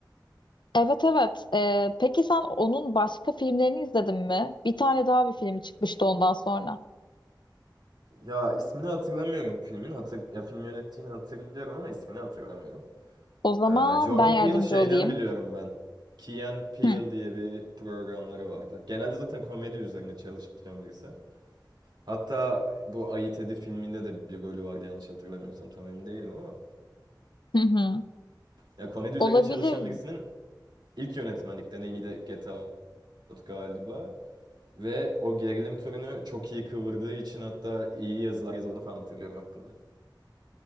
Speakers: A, on the left; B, on the right.
A: Evet evet. E, peki sen onun başka filmlerini izledin mi? Bir tane daha bir filmi çıkmıştı ondan sonra.
B: Ya ismini hatırlamıyorum filmin. Hatır, ya film yönettiğini hatırlıyorum ama ismini hatırlamıyorum.
A: O zaman
B: Ee, Jordan
A: ben yardımcı
B: Peele'ı şeyden
A: olayım.
B: biliyorum ben. Key and Peele
A: Hı
B: diye bir programları vardı. Genelde zaten komedi üzerine çalışan birisi. Hatta bu Ayı Tedi filminde de bir rolü vardı yanlış hatırlamıyorsam tam emin değilim ama.
A: hı. hı.
B: Ya komedi üzerine
A: Olabilir.
B: çalışan birisinin ilk yönetmenlik deneyimi de Get Out galiba. Ve o gerilim türünü çok iyi kıvırdığı için hatta iyi yazılar yazıldığını falan hatırlıyorum hakkında.